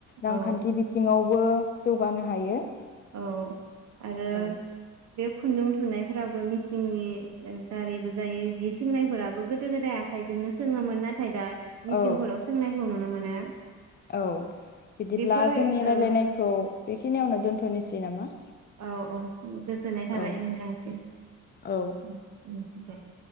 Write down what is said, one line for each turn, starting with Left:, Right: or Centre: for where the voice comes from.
Left: रांखान्थि
Right: औ
Left: बिथिंआव बो जौगानो हायो।
Right: औ आरो
Left: औ
Right: बे खुन्दुं थुन्नायफोराबो मिसिंनि दारैबो जायो जि सोंनायफोराबो गोदो गोदाय आखाइजोंनो सोङोमोन नाथाय दा मिसिंफोराव
Left: औ
Right: सोंनाय खौ नुनो मोनो।
Left: औ बिदिब्ला
Right: बेफोराव
Left: जोंनि राय्लायनायखौ
Right: ओ
Left: बेखिनियावनो दोन्थ'नोसै नामा?
Right: औ औ गोजोननाय थाबाय
Left: औ
Right: नोंथांसिम
Left: औ
Right: उम उम। <inaudible>